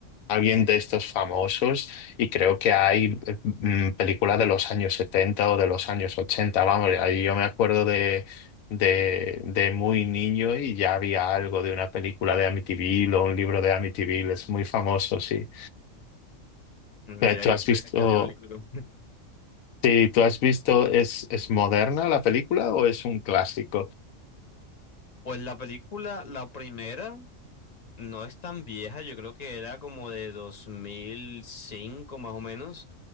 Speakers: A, on the left (about 90°); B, on the left (about 35°).
A: alguien de estos famosos, y creo que hay eh, mm, películas de los años 70 o de los años 80 vamos, ahí yo me acuerdo de, de, de muy niño y ya había algo de una película de Amityville o un libro de Amityville, es muy famoso, sí.
B: Mira
A: Eh, ¿Tú
B: que no
A: has
B: sabía
A: visto?
B: que había un libro.
A: Sí, ¿tú has visto, es, es moderna la película o es un clásico?
B: Pues la película, la primera, no es tan vieja, yo creo que era como de 2005 más o menos.